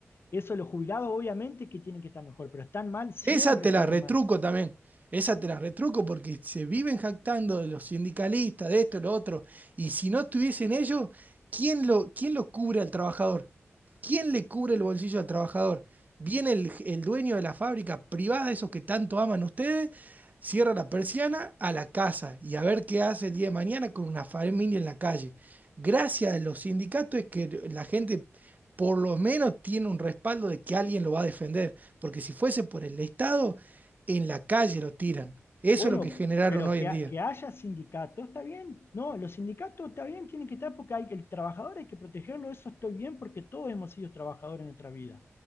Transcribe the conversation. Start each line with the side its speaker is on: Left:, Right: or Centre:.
Left: Eso los jubilados obviamente que tienen que estar mejor, pero están mal, siempre
Right: Esa te
Left: estuvieron
Right: la retruco
Left: mal.
Right: también. Esa te la retruco porque se viven jactando de los sindicalistas, de esto, de lo otro. Y si no estuviesen ellos, ¿quién lo, quién lo cubre al trabajador? ¿Quién le cubre el bolsillo al trabajador? Viene el, el dueño de la fábrica privada, esos que tanto aman ustedes, Cierra la persiana a la casa y a ver qué hace el día de mañana con una familia en la calle. Gracias a los sindicatos es que la gente por lo menos tiene un respaldo de que alguien lo va a defender, porque si fuese por el Estado, en la calle lo tiran. Eso
Left: Bueno,
Right: es lo que generaron
Left: pero
Right: hoy
Left: que,
Right: en
Left: ha-
Right: día.
Left: que haya sindicatos, está bien. No, los sindicatos está bien, tienen que estar porque hay que el trabajador hay que protegerlo, eso estoy bien porque todos hemos sido trabajadores en nuestra vida.